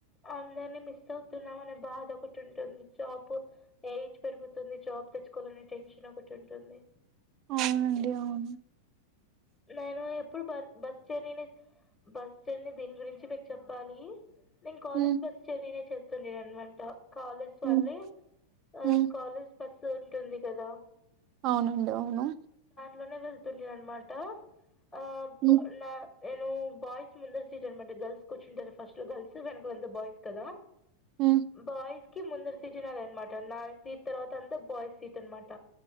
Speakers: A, on the left; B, on the right.
A: అందరినీ మిస్ అవుతున్నాం అనే బాధ ఒకటి ఉంటుంది జాబ్ ఎయిజ్ పెరుగుతుంది జాబ్ జాబ్ తెచ్చుకోవాలని టెన్షన్ ఒకటి ఉంటుంది
B: అవునండి అవును
A: నేను ఎప్పుడు బ బస్ జర్నీని బస్ జర్నీ దీని గురించి మీకు చెప్పాలి నేను కాలేజ్
B: ఉమ్
A: బస్ జర్నీ నే చేస్తుండే అన్నమాట కాలేజ్ వాల్లే
B: ఉమ్
A: ఆ
B: ఉమ్
A: కాలేజ్ బస్సు ఉంటుంది కదా
B: అవునండి అవును
A: లోనే వెళ్తుంది అన్న మాట అబ్
B: హ్మ్
A: నా నేను బాయ్స్ ముందర సీటు అన్నమాట గర్ల్స్ కూర్చుంటారు ఫస్ట్ లో గర్ల్స్ వెనకంతా బాయ్స్ కదా
B: హ్మ్
A: బాయ్ కి ముందర సీటే నాది అనమాట నాది సీట్ తర్వాత అంత బాయ్స్ సీట్ అనమాట